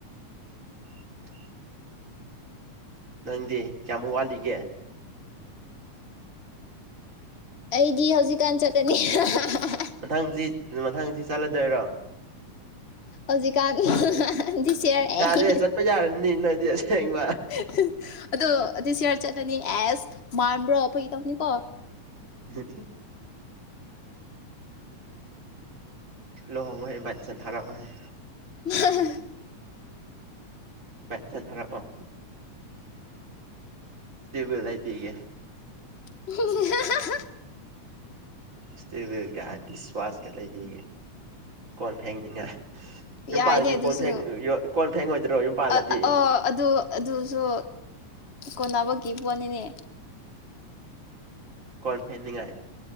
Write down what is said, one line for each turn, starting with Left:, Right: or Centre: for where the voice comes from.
Right: <inaudible> ꯅꯪꯗꯤ ꯀꯌꯥꯃꯨꯛ ꯋꯥꯠꯂꯤꯒꯦ
Left: ꯑꯩꯗꯤ ꯍꯧꯖꯤꯛꯀꯥꯟ ꯆꯠꯀꯅꯤ ꯍꯥ ꯍꯥ ꯍꯥ
Right: ꯃꯊꯪꯁꯤ ꯃꯊꯪꯁꯤ ꯆꯠꯂꯗꯣꯏꯔꯣ
Left: ꯍꯧꯖꯤꯀꯥꯟ ꯍꯥ ꯍꯥ ꯍꯥ ꯗꯤꯁ ꯌꯔ
Right: ꯌꯥꯔꯦ
Left: ꯑꯦꯁ
Right: ꯆꯠꯄ ꯌꯥꯔꯅꯤ ꯅꯣꯏꯗꯤ ꯑꯁꯦꯡꯕ
Left: <unintelligible> ꯑꯗꯣ ꯗꯤꯁ ꯌꯔ ꯆꯠꯂꯅꯤ ꯑꯦꯁ ꯃꯥꯥꯟꯕ꯭ꯔꯣ ꯐꯒꯤ ꯇꯧꯅꯤꯀꯣ
Right: ꯍꯝ ꯎꯝ ꯂꯣꯍꯣꯡꯕꯩ ꯏꯟꯕꯥꯏꯠꯁꯟ ꯊꯥꯔꯛꯑꯣꯅꯦ
Left: ꯍ ꯍ ꯍ <unintelligible>
Right: ꯏꯟꯕꯥꯏꯠꯁꯟ ꯊꯥꯔꯛꯑꯣ ꯇꯦꯕꯜ ꯂꯩꯕꯤꯒꯦ
Left: ꯍꯤꯍꯤ ꯍꯥ ꯍꯥ ꯍꯥ <unintelligible>
Right: ꯏꯁ꯭ꯇꯤꯋꯤꯜꯒ ꯗꯤꯁꯋꯥꯁꯀ ꯂꯩꯕꯤꯒꯦ ꯀꯣꯟ ꯐꯦꯡꯅꯤꯉꯥꯏ
Left: ꯌꯥꯏꯅꯦ
Right: ꯌꯨꯝꯄꯥꯜꯗꯤ
Left: ꯑꯗꯨꯁꯨ
Right: ꯀꯣꯟ ꯐꯦꯡ ꯀꯣꯟ ꯐꯦꯡꯉꯣꯏꯗ꯭ꯔꯣ ꯌꯨꯝꯄꯥꯜꯂꯗꯤ
Left: ꯑ ꯑꯣ ꯑꯗꯨ ꯑꯗꯨꯁꯨ ꯀꯣꯟꯅꯕꯀꯤ ꯄꯣꯠꯅꯤꯅꯦ
Right: ꯀꯣꯟ ꯐꯦꯡꯅꯤꯉꯥꯏ